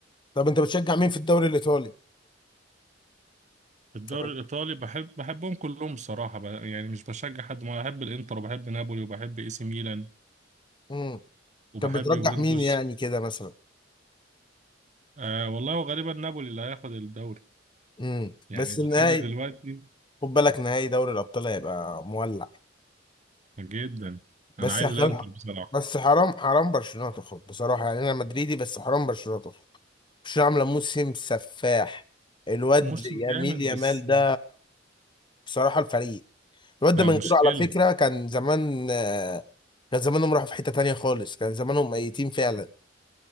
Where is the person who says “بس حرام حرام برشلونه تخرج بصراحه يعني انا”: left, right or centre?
Left